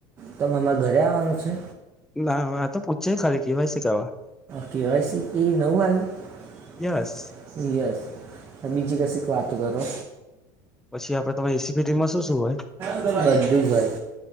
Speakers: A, on the right; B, in the centre.
A: તમામાં ઘરે આવવાનું છે
B: ના આ તો પૂછે ખાલી કેવાયસી કરવા
A: કેવાય એ નવું આવ્યું
B: યસ
A: યસ બીજી કસી વાત કરો
B: પછી આપડેમે એસીપી માં શું શું હોય
A: બધું જ હોય